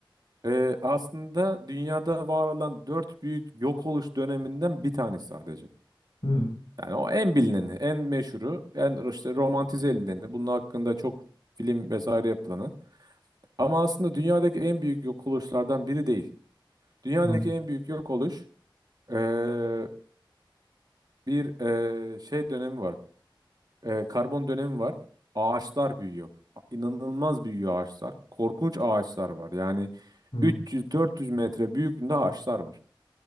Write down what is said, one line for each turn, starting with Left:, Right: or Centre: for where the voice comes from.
Right: e, aslında dünyada var olan dört büyük yok oluş döneminden bir tanesi sadece.
Left: hı,
Right: Yani o en bilineni, en meşhuru, en işte romantize edileni, bunun hakkında çok film vesaire yapılanı. Ama aslında dünyadaki en büyük yok oluşlardan biri değil. Dünyadaki
Left: hı, hı,
Right: en büyük yok oluş eee, bir eee, şey dönemi var. Eee, karbon dönemi var. Ağaçlar büyüyor. İnanılmaz büyüyor ağaçlar. Korkunç ağaçlar var. Yani
Left: hı,
Right: 300-400 metre büyüklüğünde ağaçlar var.